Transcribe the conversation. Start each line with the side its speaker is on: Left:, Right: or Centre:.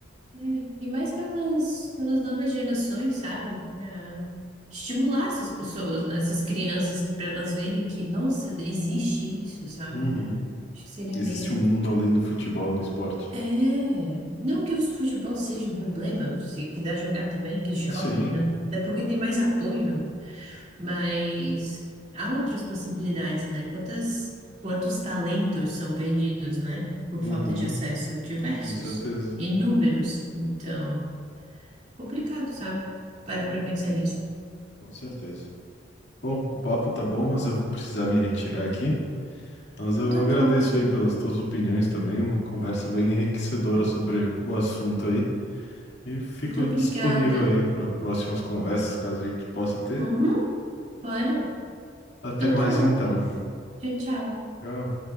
Right: e- e mais pelas, pelas novas gerações, sabe? É, estimular essas pessoas, né? Essas crianças que para elas verem que, nossa, existe isso, sabe?
Left: Uhum.
Right: Acho que seria
Left: Existe
Right: bem.
Left: um mundo além do futebol no esporte.
Right: É, não que o futebol seja um problema, se quiser jogar também, que jogue,
Left: Sim,
Right: né? É porque tem mais apoio, né? Mas há outras possibilidades, né? Quantas, quantos talentos são perdidos, né? Por
Left: uhum,
Right: falta de acesso, diversos,
Left: com certeza,
Right: inúmeros. Então, complicado, sabe? Parar pra pensar nisso.
Left: com certeza. Bom, o papo tá bom, mas eu vou precisar me retirar aqui. Mas
Right: Então
Left: eu
Right: tá
Left: agradeço
Right: bom,
Left: aí pelas tuas opiniões também, uma conversa bem enriquecedora sobre o assunto aí. E fico
Right: muito obrigada.
Left: disponível aí para próximas conversas, caso a gente possa ter.
Right: Uhum, bora.
Left: Até
Right: Então
Left: mais
Right: tá bom.
Left: então.
Right: Tchau, tchau.
Left: Tchau.